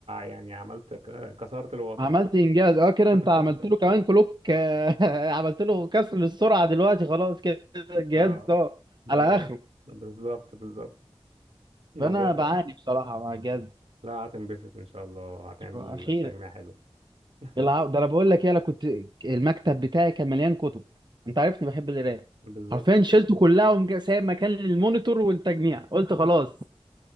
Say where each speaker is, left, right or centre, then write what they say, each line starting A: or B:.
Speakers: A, on the right; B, on the right.
A: يعني عملت ك- كسرت الواقع
B: عملت انجاز اه كده
A: <laughs>
B: انت عملت له كمان كلوك آه، <laughs> عملت له كسر للسرعه دلوقتي خلاص كده الجهاز
A: اه
B: ده
A: موضوع
B: على اخره
A: بالظبط بالظبط الموضوع
B: فانا بعاني بصراحه مع الجهاز ده
A: لا هتنبسط ان شاء الله هتعمل
B: اخيرا
A: تجميع حلو <laughs>
B: الع- ده انا بقول لك ايه انا كنت المكتب بتاعي كان مليان كتب انت عارفني بحب القرايه
A: بالظبط
B: حرفيا شلته كلها ومج- سايب مكان للمونيتور والتجميع قلت خلاص